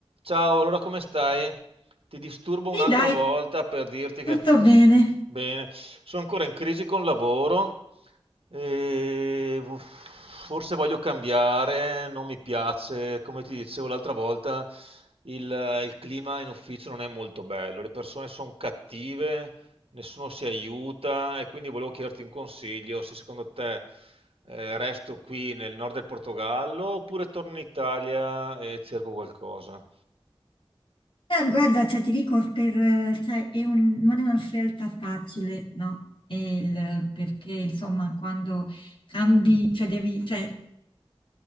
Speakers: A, on the right; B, on the left.
A: Ciao, allora come stai? Ti disturbo un'altra
B: Sì, dai,
A: volta per dirti
B: tutto
A: che...
B: bene.
A: Bene, sono ancora in crisi con il lavoro e vo- forse voglio cambiare, non mi piace, come ti dicevo l'altra volta, il, il clima in ufficio non è molto bello, le persone sono cattive, nessuno si aiuta e quindi volevo chiederti un consiglio se secondo te eh, resto qui nel nord del Portogallo oppure torno in Italia e cerco qualcosa.
B: Eh, guarda, cioè, ti dico, per, eh, cioè, è un- non è una scelta facile, no? E il- perché, insomma, quando cambi, cioè, devi, cioè,